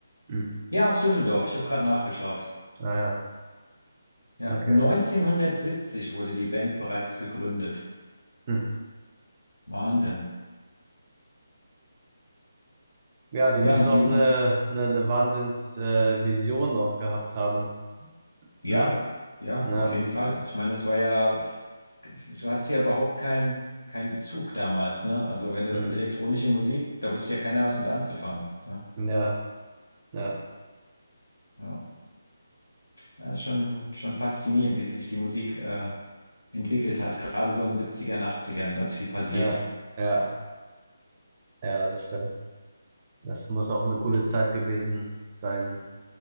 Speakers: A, on the right; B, on the left.
A: Hm.
B: Ja, aus Düsseldorf. Ich habe gerade nachgeschaut.
A: Naja,
B: Ja.
A: okay.
B: 1970 wurde die Band bereits gegründet.
A: Hm.
B: Wahnsinn.
A: Ja, die
B: Ja,
A: müssen
B: und
A: auch
B: die sind
A: eine,
B: halt.
A: eine, eine Wahnsinns, äh, Vision auch gehabt haben,
B: Ja,
A: ne?
B: ja,
A: Ja,
B: auf jeden Fall. Ich meine, das war ja, du hattest ja überhaupt keinen keinen Bezug damals, ne? Also wenn du
A: mm,
B: elektronische Musik, da wusste ja keiner was mit anzufangen, ne?
A: ja, ja,
B: Ja, ja ist schon, schon faszinierend, wie sich die Musik äh, entwickelt hat. Gerade so in den Siebzigern, Achtzigern, da ist viel passiert.
A: ja, ja, ja, das stimmt. Das muss auch eine coole Zeit gewesen sein,